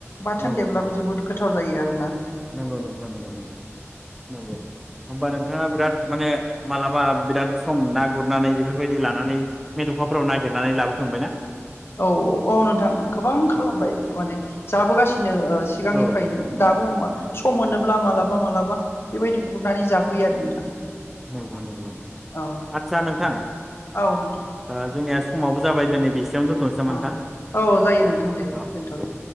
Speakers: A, on the left; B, in the centre.
A: बाथोन
B: नंगौ
A: देबब्लाबो
B: नोंथां
A: जोबोद गोथ- थाव जायो आरो ना
B: नंगौ नोथां नंगौ नंगौ नंगौ होमबा नोंथाङा बिराद माने मालाबा बिराद सम ना गुरनानै बेफोरबायदि लानानै मेथखाफोराव नागिरनानै लाबोखांबायना?
A: औ औ औ नोंथां गोबां खालामबाय
B: औ
A: माने जाबोगासि नो सिगांनिफायनो
B: औ नोंथां औ
A: दाबो मा सम मोनोब गुरब्ला मालाबा मालाबा बेबायदि गुरनानै जाफैयो आरो नोंथां
B: नंगौ नंगौ नोंथां
A: औ
B: आदसा नोंथां
A: औ नोंथां
B: ओ जोंनिया समाबो जाबाय दिनै बिस दोनथनोसै नामा
A: औ
B: नोंथां
A: औ जायो नोंथां दे
B: औ
A: दोनथ'दो
B: दे उ